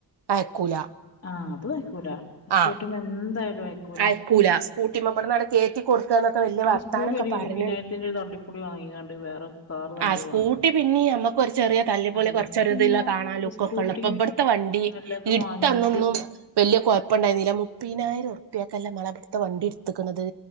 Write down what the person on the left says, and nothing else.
ആഹ് അതു അയ്ക്കൂല സ്കൂട്ടിമേ
എന്തായാലും അയക്കു
സ്കൂളി
ഒരു
ഇരുപതിനായിരത്തിന്റെ ഒരു തള്ളിപ്പൊളി വാങ്ങിക്കാണ്ട് വേറെ കാറ് നല്ലത്
വാങ്ങാ
അല്ലെങ്കി
പിന്നെ
സ്കൂട്ടി
നല്ലത്
വാങ്ങീട്ട്